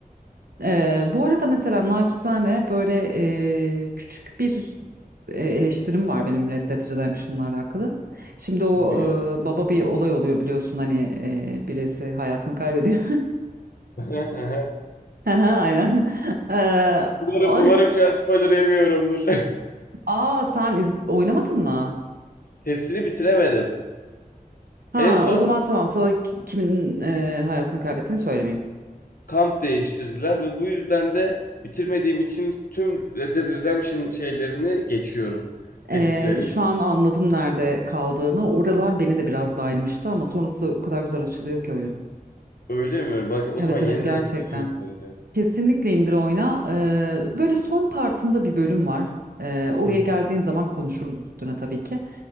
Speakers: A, on the right; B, on the left.
A: E, bu arada mesela naçizane böyle e, küçük bir e, eleştirim var benim Red Dead Redemption'la alakalı. Şimdi o
B: tabii gel.
A: e, baba bir olay oluyor biliyorsun hani e, birisi hayatını kaybediyor.
B: <laughs>
A: <laughs> Aha, Aynen. <laughs> E,
B: Umarım,
A: o-
B: umarım şu an spoiler yemiyorumdur.
A: <laughs> Aa sen iz- oynamadın mı?
B: <laughs> Hepsini bitiremedim.
A: Ha,
B: En son
A: o zaman tamam sana ki- kiminin e, hayatını kaybettiğini söylemeyeyim.
B: kamp değiştirdiler ve bu yüzden de bitirmediğim için tüm Red Dead Redemption şeylerini geçiyorum.
A: E,
B: Editlerini.
A: şu an anladım nerede kaldığını. Oralar beni de biraz baymıştı ama sonrası o kadar güzel açılıyor ki oyun.
B: Öyle mi? Bak o
A: Evet
B: zaman yeniden
A: evet gerçekten.
B: izleyeyim bunları ya.
A: Kesinlikle indir oyna. E, böyle son partında bir bölüm var. E, oraya
B: Hı hı.
A: geldiğin zaman konuşuruz üstüne tabii ki.